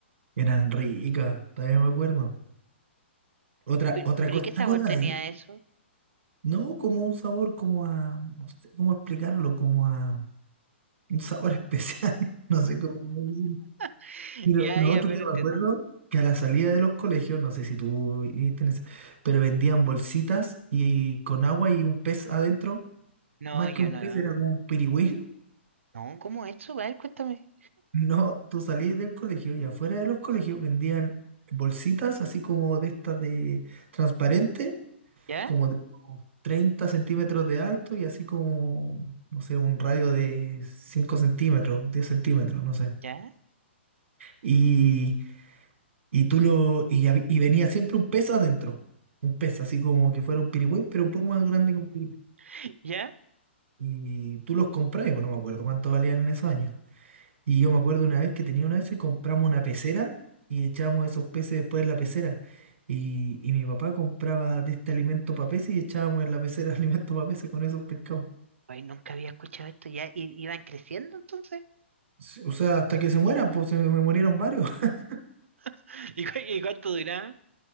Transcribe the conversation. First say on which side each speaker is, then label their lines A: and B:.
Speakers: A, on the right; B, on the right.
A: Eran ricas, todavía me acuerdo. Otra,
B: ¿Pero,
A: otra
B: pero
A: cosa,
B: y qué
A: ¿te
B: sabor
A: acordáis?
B: tenía eso?
A: No, como un sabor como a, no sé cómo explicarlo, como a un sabor especial, <laughs> no sé cómo decirlo.
B: <laughs>
A: Mira,
B: Ya,
A: lo
B: ya,
A: otro
B: pero
A: que me
B: entiendo.
A: acuerdo, que a la salida de los colegios, no sé si tú viviste en ese, pero vendían bolsitas y con agua y un pez adentro,
B: No,
A: más
B: yo
A: que un
B: no.
A: pez era como un pirigüín. <laughs>
B: No, ¿cómo eso? A ver, cuéntame.
A: No, tú salís del colegio y afuera de los colegios vendían bolsitas así como de estas de transparente
B: ¿Ya?
A: como de unos 30 centímetros de alto y así como, no sé, un radio de 5 centímetros, 10 centímetros, no sé.
B: ¿Ya?
A: Y, y tú lo, y, hab- y venía siempre un pez adentro, un pez, así como que fuera un pirigüín, pero un poco más grande que un pirigüín.
B: <laughs> ¿Ya?
A: Y tú los compras, pues no me acuerdo cuánto valían en esos años. Y yo me acuerdo una vez que tenía una de esas y compramos una pecera y echábamos esos peces después en la pecera. Y, y mi papá compraba de este alimento para peces y echábamos en la pecera <laughs> alimento para peces con esos pescados.
B: Ay, nunca había escuchado esto. ¿Ya? ¿Y, iban creciendo entonces?
A: Sí, O sea, hasta que se muera, pues se me me murieron varios. <laughs>
B: <laughs> ¿Y, cu- y cuánto duraba?